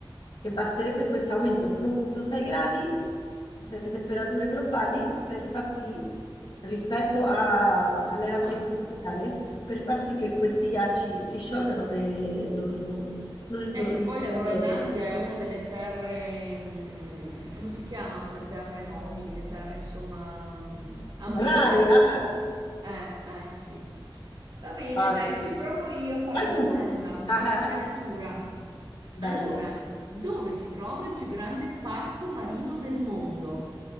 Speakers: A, on the left; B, on the right.
A: che basterebbe questo aumento di 1,6 gradi delle temperature globali per far sì, rispetto a- all'era preindustriale,
B: Ah,
A: per far sì che questi ghiacci si sciolgano e non, non- non ritorni
B: È che poi
A: più
B: la Groenlandia
A: indietro.
B: è una delle terre, mh, come si chiamano? Le terre nobili, le terre insomma mh, ambite.
A: Rari, ah,
B: Eh, eh sì. Va bene,
A: ah,
B: dai,
A: sì.
B: ci provo io a fare
A: Vai
B: una
A: tu.
B: domanda,
A: <laughs>
B: sempre
A: Ah, ah,
B: sulla natura.
A: ah.
B: Allora,
A: Dai.
B: dove si trova il più grande parco marino del mondo?